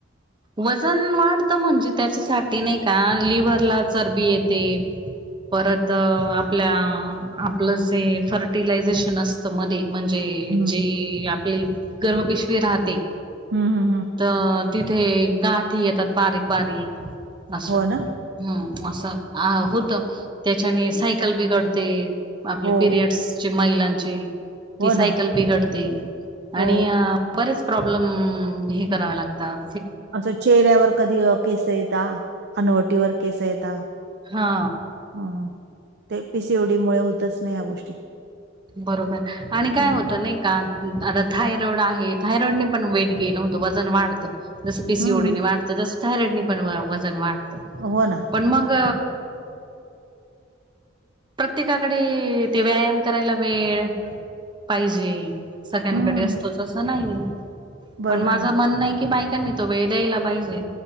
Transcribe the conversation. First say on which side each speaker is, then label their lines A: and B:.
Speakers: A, on the right (about 25°); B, on the right (about 55°).
A: वजन वाढतं म्हणजे? त्याच्यासाठी नाही का? लिव्हरला चरबी येते. परत आपल्या आपलं जे फर्टिलायझेशन अस मध्ये म्हणजे
B: हम्म
A: जी आपली गर्भपेशवी राहते.
B: हम् हम
A: तर तिथे गाठी येतात बारीक, बारीक असं
B: हो ना
A: हम असं हा होत त्याच्याने सायकल बिघडते. आपले
B: हो
A: पिरियड्सची महिलांची
B: हो
A: ती सायकल
B: ना
A: बिघडते. आणि
B: हो
A: बरेच प्रॉब्लेम <inaudible> हे करावे लागतात.
B: अछा! चेहऱ्यावर कधी केस येता, हनवटीवर केस येता.
A: हा
B: <inaudible> ह ते पीसीओडी मुळ होतच नाही या गोष्टी
A: बरोबर आणि काय
B: हम्म
A: होतं नाही का? आता थायरॉइड आहे. थायरॉइड ने पण वेट गेन होतो. वजन वाढतं. जसं पी सी
B: हम्म,
A: ओ डी ने वाढतं. तसं थायरॉइड नी पण वजन वाढतं.
B: हो ना
A: पण मग प्रत्येकाकडे ते व्यायाम करायला वेळ पाहिजे? सगळ्यांकडे
B: हम्म
A: असतोच असं नाही?
B: बरोबर
A: पण माझं
B: आहे ना
A: म्हणण आहे की बाईकां त्यांनी तो वेळ द्यायला पाहिजे.